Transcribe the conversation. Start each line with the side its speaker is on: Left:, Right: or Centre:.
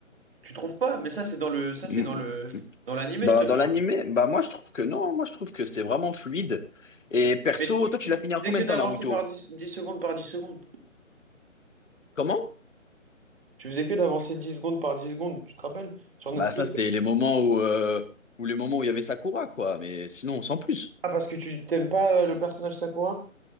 Right: tu trouves pas, mais ça c'est dans le ça c'est
Left: Mm.
Right: dans le dans l'animé,
Left: Dans,
Right: je te parle.
Left: dans l'animé, bah moi je trouve que non, hein. moi je trouve que c'était vraiment fluide. Et perso,
Right: Mais tu,
Left: toi tu
Right: tu-
Left: l'as fini
Right: tu
Left: en
Right: faisais
Left: combien
Right: que
Left: de
Right: d'avancer
Left: temps Naruto?
Right: par 10, 10 secondes par 10 secondes.
Left: Comment?
Right: Tu faisais que d'avancer 10 secondes par 10 secondes, tu te rappelles? Sur Netflix.
Left: Bah ça c'était les moments où, euh, où les moments où il y avait Sakura quoi, mais sinon sans plus.
Right: Ah, parce que tu t'aimes pas euh, le personnage Sakura?